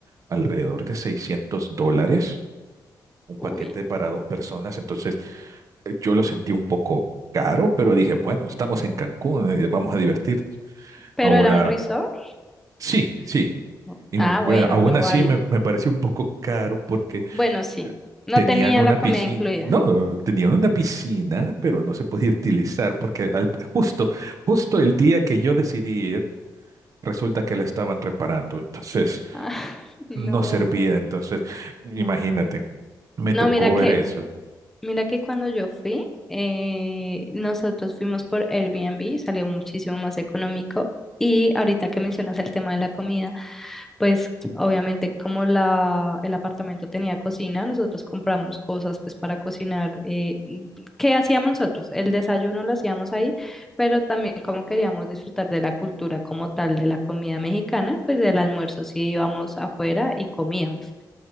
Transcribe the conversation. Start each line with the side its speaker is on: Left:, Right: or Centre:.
Right: alrededor de 600 dólares, un
Centre: uy,
Right: paquete para dos personas, entonces eh, yo lo sentí un poco caro, pero dije, bueno, estamos en Cancún, eh, vamos a divertirnos.
Centre: pero
Right: Ahora,
Centre: era un resort.
Right: sí, sí,
Centre: No.
Right: y
Centre: Ah,
Right: me-
Centre: bueno,
Right: bueno, aún
Centre: lo
Right: así
Centre: vale.
Right: me, me pareció un poco caro porque
Centre: Bueno, sí,
Right: eh,
Centre: no
Right: tenían
Centre: tenía
Right: una
Centre: la
Right: piscina,
Centre: comida incluida.
Right: no, tenían una piscina, pero no se podía utilizar porque al- justo, justo el día que yo decidí ir, Resulta que la estaban reparando, entonces
Centre: Ah, <laughs> no,
Right: no servía. Entonces, imagínate, me
Centre: no,
Right: tocó
Centre: mira
Right: ver
Centre: que,
Right: eso.
Centre: mira que cuando yo fui, eh, nosotros fuimos por Airbnb, salió muchísimo más económico. Y ahorita que mencionas el tema de la comida, pues obviamente como la, el apartamento tenía cocina, nosotros compramos cosas pues para cocinar. Eh, ¿qué hacíamos nosotros? El desayuno lo hacíamos ahí, pero también como queríamos disfrutar de la cultura como tal de la comida mexicana, pues del almuerzo sí íbamos afuera y comíamos.